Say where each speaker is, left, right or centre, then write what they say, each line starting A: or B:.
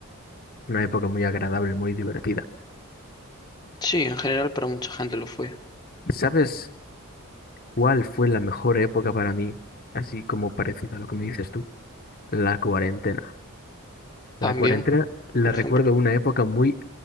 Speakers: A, on the left; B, on the left.
A: una época muy agradable, muy divertida.
B: Sí, en general para mucha gente lo fue.
A: ¿Y sabes cuál fue la mejor época para mí? Así como parecida a lo que me dices tú, la cuarentena.
B: También,
A: La cuarentena la
B: por ejemplo.
A: recuerdo una época muy